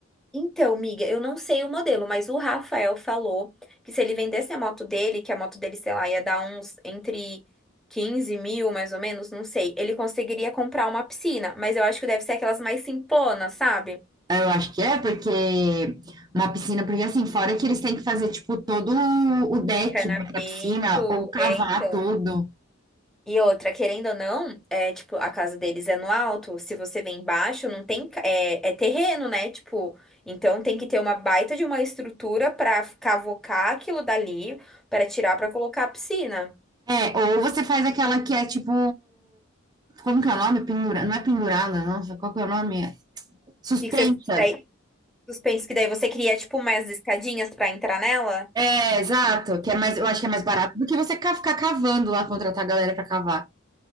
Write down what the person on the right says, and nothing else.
Eu acho que é, porque uma piscina, porque assim, fora que eles têm que fazer, tipo, todo o deck
né, pra piscina, ou cavar
tudo.
É, ou você faz aquela que é tipo. Como que é o nome? Pendura... Não é pendurada, nossa, qual que é o nome? Suspensa.
É, exato. Que é mais, eu acho que é mais barato do que você ca- ficar cavando lá, contratar a galera pra cavar.